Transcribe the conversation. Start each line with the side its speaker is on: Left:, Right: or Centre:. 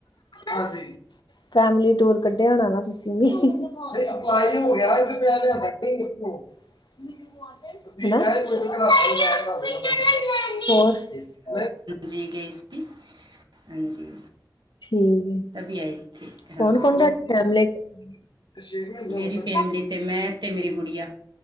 Left: ਹਾਂਜੀ, ਫੈਮਲੀ ਟੂਰ ਕੱਢਿਆ ਹੋਣਾ ਨਾ ਤੁਸੀਂ ਵੀ ਅਪਲਾਈ ਹੋ ਗਿਆ ਏ ਤੇ ਪਿਆ ਲਿਆਂਦਾ ਨਈ ਓਥੋਂ। <unintelligible> ਹੋਰ <unintelligible>
Right: ਜੀ ਗਈ ਸੀ, ਹਾਂਜੀ।
Left: ਠੀਕ ਹੈ
Right: ਤਭੀ ਆਈ ਥੀ, ਹਾਂ।
Left: ਕੌਣ-ਕੌਣ ਤੁਹਾਡੀ ਫੈਮਲੀ ਛੇ ਮਹੀਨੇ
Right: ਮੇਰੀ
Left: ਹੋ ਗਏ
Right: ਫੈਮਲੀ ਤੇ ਮੈਂ ਤੇ ਮੇਰੀ ਗੁੜੀਆ।